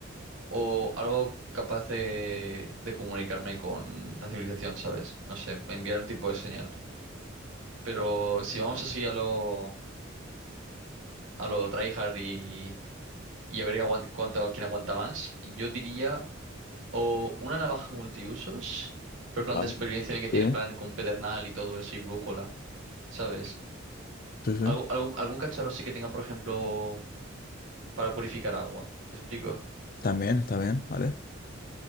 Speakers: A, on the right; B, on the left.
A: o algo capaz de, de comunicarme con la civilización, ¿sabes? No sé, enviar un tipo de señal. Pero si vamos así a lo, a lo tryhard y, y a ver aguan- cuánto, quién aguanta más, yo diría o una navaja multiusos, pero plan
B: Vale.
A: de supervivencia en el que tienen
B: Sí,
A: plan con pedernal y todo eso y brújula, ¿sabes?
B: sí, sí.
A: Algo, algún, algún cacharro sí que tenga, por ejemplo, para purificar agua, ¿me explico?
B: También, está bien, ¿vale?